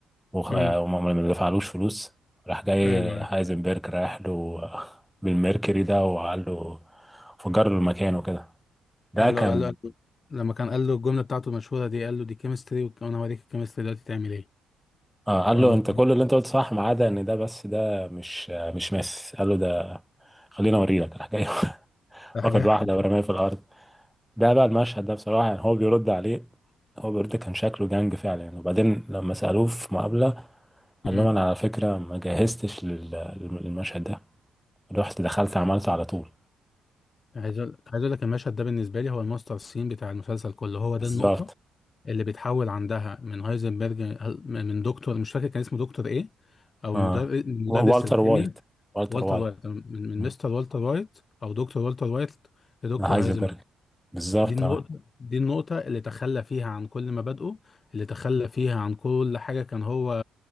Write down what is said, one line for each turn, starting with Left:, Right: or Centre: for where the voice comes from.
Centre: وخ-
Left: مم.
Centre: آه، وما ما دفعلوش فلوس راح جاي
Left: ايوه ايوه
Centre: هايزنبرج رايح له آه، بالميركوري ده وقال له فجر له المكان وكده ده
Left: قال
Centre: كان
Left: له قال له قال له- لما كان قال له الجملة بتاعته المشهورة دي قال له دي كيمستري وانا هوريك الكيمستري دلوقتي تعمل ايه
Centre: اه قال
Left: وأما
Centre: له انت كل اللي انت قلته صح ما عدا ان ده بس ده مش آه، مش ماس قال له ده خلينا اوريلك راح جاي <laughs>
Left: ده حاجة
Centre: واخد
Left: حب-
Centre: واحدة ورماها في الأرض ده بقى المشهد ده بصراحة يعني هو بيرد عليه هو بيرد كان شكله جنج فعلا يعني وبعدين لما سألوه في مقابلة قال
Left: مم.
Centre: لهم أنا على فكرة ما جهزتش لل- للمشهد ده رحت دخلت عملته على طول
Left: عايز أقول- عايز أقول لك المشهد ده بالنسبة لي هو الماستر سين بتاع المسلسل كله هو
Centre: بالظبط
Left: ده النقطة اللي بيتحول عندها من هايزنبرج من دكتور مش فاكر كان اسمه دكتور إيه أو
Centre: اه
Left: المدرس مدرس
Centre: و- والتر
Left: الكيمياء
Centre: وايت والتر
Left: والتر
Centre: وايت
Left: وايت من من
Centre: آه.
Left: مستر والتر وايت أو دكتور والتر وايت لدكتور
Centre: هايزنبرج
Left: هايزنبرج
Centre: بالظبط
Left: دي النقطة
Centre: اه
Left: دي النقطة اللي تخلى فيها عن كل مبادئه اللي تخلى فيها عن كل حاجة كان هو